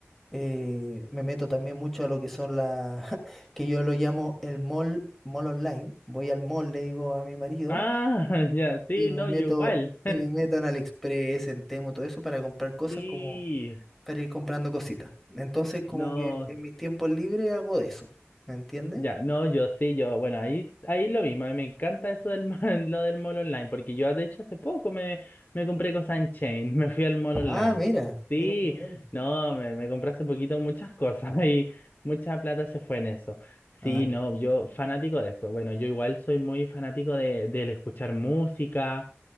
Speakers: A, in the centre; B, on the left (about 40°).
A: eh, me meto también mucho a lo que son las, <laughs> que yo lo llamo el mall, mall online. Voy al mall, le digo a mi marido,
B: Ah, <laughs> ya. Sí,
A: y me
B: no,
A: meto,
B: yo igual.
A: y me meto en AliExpress, en Temo, todo eso para comprar cosas
B: Sí.
A: como, para ir comprando cositas. Entonces, como
B: No,
A: que en mis tiempos libres hago eso, ¿me entiendes?
B: Ya, no, yo sí, yo, bueno, ahí, ahí lo mismo, a mí me encanta eso del ma- <laughs> lo del mall online, porque yo de hecho hace poco me, me compré cosas en Chain, <laughs> me fui al mall online.
A: Ah, mira,
B: Sí,
A: mira qué bien.
B: no, me, me compré hace poquito muchas cosas <laughs> y mucha plata se fue en eso.
A: Ah,
B: Sí,
A: ya.
B: no, yo fanático de eso. Bueno, yo igual soy muy fanático de, del escuchar música,